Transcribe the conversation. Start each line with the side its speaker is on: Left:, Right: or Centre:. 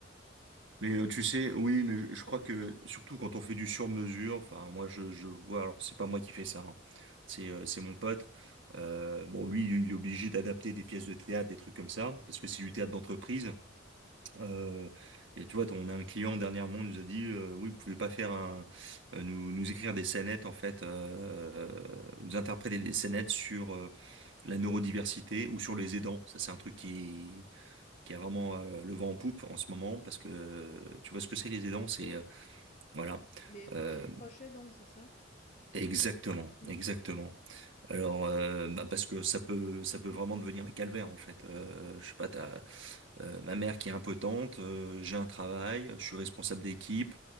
Right: Mais euh, tu sais, oui, mais je je crois que surtout quand on fait du sur-mesure, enfin moi je, je vois, alors c'est pas moi qui fais ça, hein. C'est euh, c'est mon pote. Euh, bon lui il est obligé d'adapter des pièces de théâtre, des trucs comme ça, parce que c'est du théâtre d'entreprise. Euh, et tu vois, on a un client dernièrement il nous a dit euh, oui, vous pouvez pas faire un, euh, nous, nous écrire des scénettes en fait, euh, nous interpréter des scénettes sur euh, la neurodiversité ou sur les aidants. Ça, c'est un truc qui qui a vraiment euh, le vent en poupe en ce moment parce que euh, tu vois ce que c'est les aidants, c'est
Left: Oui,
Right: euh, voilà
Left: les, pro-
Right: Euh,
Left: les proches aidants, c'est ça?
Right: exactement,
Left: Mhm.
Right: exactement.
Left: Ouais.
Right: Alors euh, bah, parce que ça peut ça peut vraiment devenir un calvaire en fait. Euh, je sais pas, t'as Euh, ma mère qui est impotente, euh, j'ai un travail, je suis responsable d'équipe,